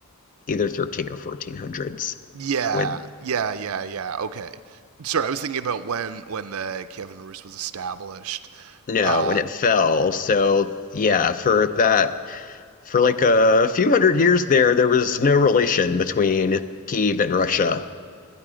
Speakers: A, on the left; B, on the right.
A: either 13 or 1400s
B: yeah.
A: when
B: Yeah. Yeah. Yeah. Okay. Sorry, I was thinking about when when the Kievan Rus was established.
A: no,
B: Uh.
A: when it fell. So yeah, for that For like a few hundred years there, there was no relation between Kiev and Russia.